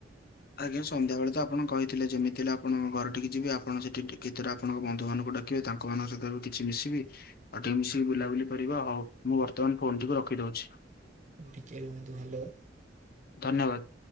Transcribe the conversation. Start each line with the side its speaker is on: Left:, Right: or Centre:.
Left: ଆଜ୍ଞା ସନ୍ଧ୍ୟାବେଳେ ତ ଆପଣ କହିଥିଲେ, ଯେମିତି ହେଲେ ଆପଣ ଘରଠିକି ଯିବି। ଆପଣ ସେଠିି କେତୁଟା ଆପଣଙ୍କ ବନ୍ଧୁ ମାନଙ୍କୁ ଡାକିବେ ତାଙ୍କ ମାନଙ୍କ ସହିତ କିଛି ମିଶିବି। ଆଉ ଟିକେ ମିଶିକି ବୁଲାବୁଲି କରିବା ଆଉ। ହଉ ମୁଁ ବର୍ତ୍ତମାନ ଫୋନ ଟିକୁ ରଖି ଦଉଛି।
Right: ଟିକେ ରୁହନ୍ତୁ, ହ୍ୟାଲୋ।
Left: ଧନ୍ୟବାଦ।